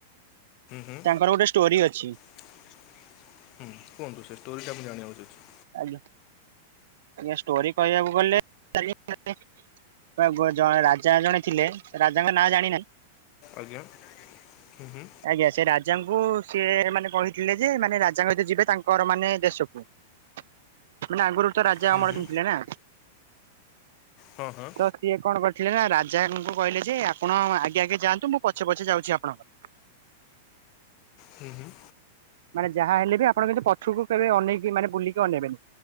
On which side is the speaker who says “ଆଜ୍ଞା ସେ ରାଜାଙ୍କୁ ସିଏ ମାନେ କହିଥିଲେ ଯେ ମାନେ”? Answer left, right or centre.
Right